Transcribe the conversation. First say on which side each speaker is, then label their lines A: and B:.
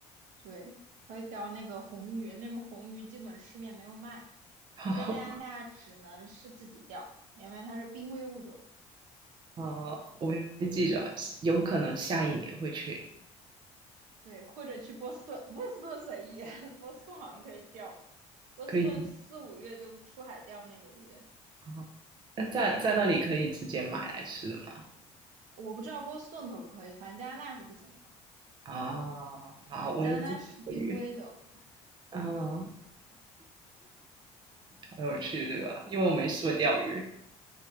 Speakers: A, on the right; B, on the right.
A: 对，可以钓那个红鱼，那个红鱼基本市面没有卖，
B: 好，
A: 它在加拿大只能是自己钓，因为它是濒危物种。
B: 呃，我会记着，有可能下一年会去，
A: 对，或者去波士顿，波士顿随意，<laughs> 波士顿好像可以钓，波士顿四五月就出海钓那个鱼，
B: 可以自己，啊，那在在那里可以直接买来吃的吗？
A: 我不知道波士顿可不可以，反正加拿大是不行的。
B: 啊，好，
A: 嗯，
B: 我要自己钓鱼，
A: 加拿大是濒危的，
B: 啊，哦，好有趣这个，因为我没试过钓鱼